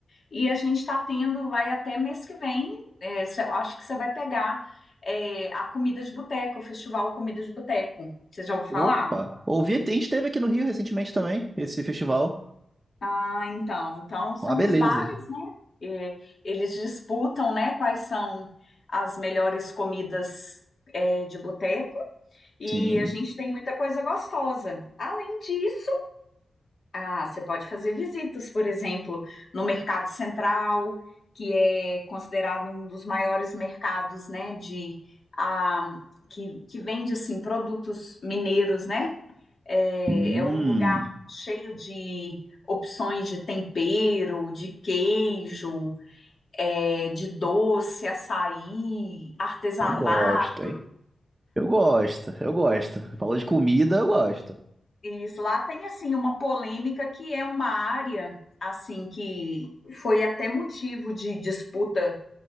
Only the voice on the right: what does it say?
Opa!
Ouvi, a gente teve aqui no Rio recentemente também, esse festival.
Uma beleza.
Sim.
Hum,
eu gosto, hein? Eu gosto, eu gosto. Falou de comida, eu gosto.